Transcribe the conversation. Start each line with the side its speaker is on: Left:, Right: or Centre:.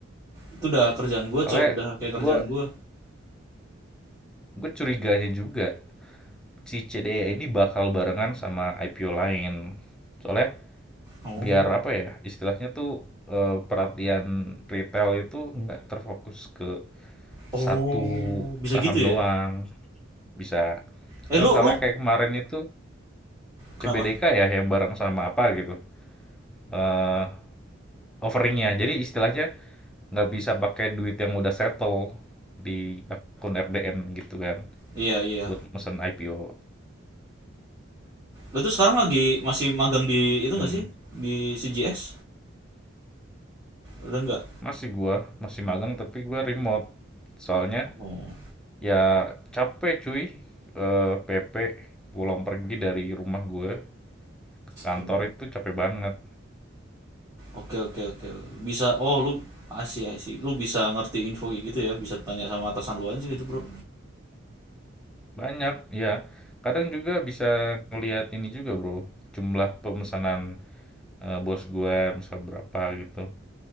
Right: Itu udah kerjaan gue,
Centre: Soalnya
Right: cok. Udah kayak kerjaan
Centre: gue
Right: gue.
Centre: gue curiganya juga si CDIA ini bakal barengan sama IPO lain. Soalnya
Right: Oh,
Centre: Biar apa ya, istilahnya tuh, eee, perhatian retail itu nggak terfokus ke
Right: oh,
Centre: satu
Right: bisa
Centre: saham
Right: gitu ya?
Centre: doang, bisa
Right: Eh
Centre: kan
Right: lu
Centre: soalnya
Right: lu
Centre: kayak kemarin itu
Right: kenapa?
Centre: CBDK ya yang bareng sama apa gitu, eee, offering Jadi istilahnya nggak bisa pakai duit yang udah settle di akun RDN gitu kan,
Right: Iya iya.
Centre: buat mesen IPO.
Right: Lu tuh sekarang lagi masih magang di itu nggak
Centre: Mhm,
Right: sih? Di CGS? Udah nggak?
Centre: masih gua, masih magang tapi gua remote. Soalnya
Right: Oh,
Centre: Ya capek cuy, Eh, PP pulang pergi dari rumah gue ke kantor
Right: oh.
Centre: itu capek banget.
Right: Oke oke oke. Bisa. Oh lu asih asih. Lu bisa ngerti info kayak gitu ya? Bisa tanya sama atasan lu aja gitu bro.
Centre: Banyak, ya. Kadang juga bisa ngelihat ini juga bro, jumlah pemesanan eh, bos gue misal berapa gitu.